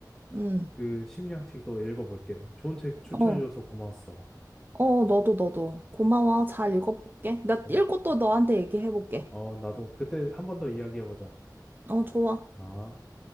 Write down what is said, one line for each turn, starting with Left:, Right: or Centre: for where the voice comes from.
Right: 음,
Centre: 그 심리학 책도 읽어볼게. 좋은 책 추천해줘서
Right: 어,
Centre: 고마웠어.
Right: 어, 너도, 너도. 고마워. 잘 읽어볼게. 나
Centre: 어,
Right: 읽고 또 너한테 얘기해볼게.
Centre: 어, 나도 그때 한 번 더 이야기해보자.
Right: 어, 좋아.
Centre: 아.